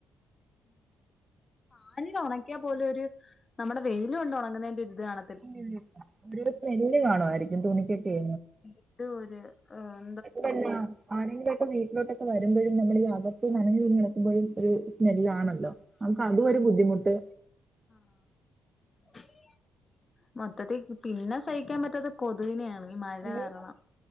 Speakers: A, on the left; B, on the right.
A: <unintelligible> ഫാനില് ഉണക്കിയാ പോലും ഒരു നമ്മടെ വെയിൽ കൊണ്ട് ഉണങ്ങുന്നതിന്റെഒരിത് കാണ
B: ഉം ഒരു സ്മെല്ല് കാണുമായിരിക്കും തുണിക്കൊക്കെ
A: ന്തോ ഒരു ആഹ്
B: കൊയപ്പല്ല ആരെങ്കിലും ഒക്കെ വിട്ടി വീട്ടിലോട്ടൊക്കെ വരുമ്പോഴും നമ്മൾ ഈ അകത്ത് നനഞ്ഞ് തുണി കിടക്കുമ്പോഴും ഒരു സ്മെല്ലാണല്ലോ നമക്ക അതും ഒരു ബുദ്ധിമുട്ട്
A: ആഹ് ആഹ് മൊത്തത്തിൽ പിന്നെ സഹിക്കാൻ പറ്റാത് കൊതുവിനെയാണ് ഈ മഴ
B: അയ്യോ
A: കരണം